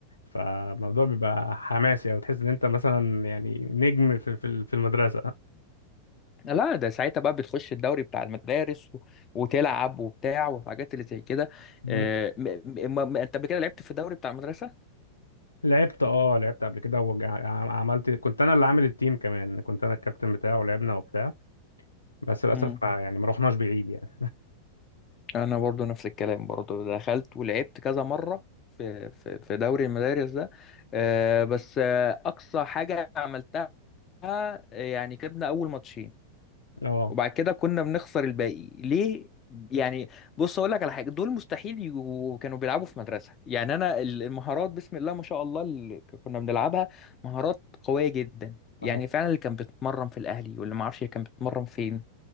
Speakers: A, on the left; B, on the left.
A: فالموضوع بيبقى حماسي او تحس ان انت مثلا يعني نجم في في ال- في المدرسة
B: لا ده ساعتها بقى بتخش الدوري بتاع المدارس و... وتلعب وبتاع والحاجات اللي زي كده
A: مم.
B: آه، م... م... م... انت قبل كده لعبت في الدوري بتاع المدرسة؟
A: لعبت اه لعبت قبل كده وعملت كنت انا اللي عامل التيم كمان كنت انا الكابتن بتاعه ولعبنا وبتاع بس للاسف
B: امم
A: ما يعني ما رحناش بعيد يعني
B: انا برضو نفس الكلام برضو دخلت ولعبت كذا مرة في في, في دوري المدارس ده آه، بس آه، اقصى حاجة عملتها آه، يعني كسبنا اول ماتشين
A: اه
B: وبعد كده كنا بنخسر الباقي ليه يعني بص اقول لك على حاجه دول مستحيل يجوا- كانوا بيلعبوا في مدرسه يعني انا ال- المهارات بسم الله ما شاء الله اللي ك- كنا بنلعبها مهارات قويه جدا
A: اه
B: يعني فعلا اللي كان بيتمرن في الاهلي واللي ما اعرفش كان بيتمرن فين